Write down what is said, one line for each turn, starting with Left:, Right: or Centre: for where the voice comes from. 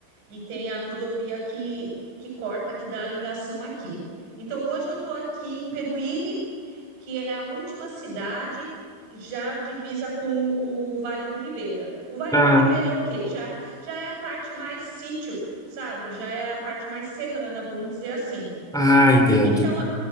Right: E tem a rodovia que que corta, que dá a ligação aqui. Então, hoje eu estou aqui em Peruíbe que é a última cidade já divisa com o Vale do Ribeira. O Vale
Centre: Ah,
Right: do Ribeira é o quê? Já, já é a parte mais sítio, sabe? Já é a parte mais serrana, vamos dizer assim.
Centre: ah, entendo.
Right: Então,